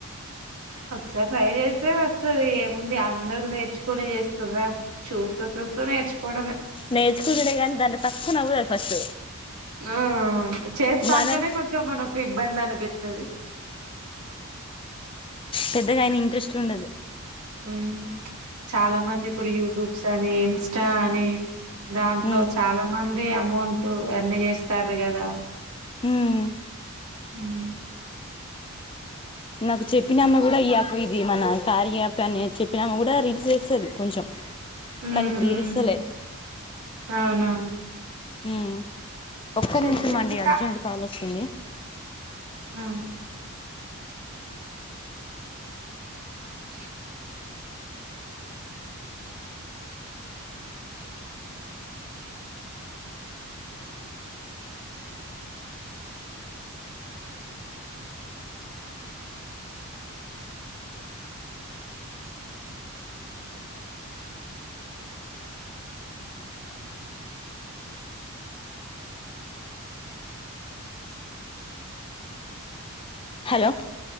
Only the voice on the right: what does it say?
ఒకసారి ట్రై చేస్తే వస్తది ఏముంది అందరు నేర్చుకొనే చేస్తురా చూస్తూ చూస్త నేర్చుకోడమె
ఆ చేస్తా
అంటేనే కొంచెం మనకు ఇబ్బంది అని పిత్తది
ఉమ్ చాలా మంది ఇప్పుడు యూట్యూబ్స్ అని ఇంస్టా అని దాంట్లో
చాలా మంది అమౌంట్ ఎర్న్ చేస్తార్రు కదా
ఉమ్
ఉమ్
అవునా
చెయ్యండి
ఉమ్ స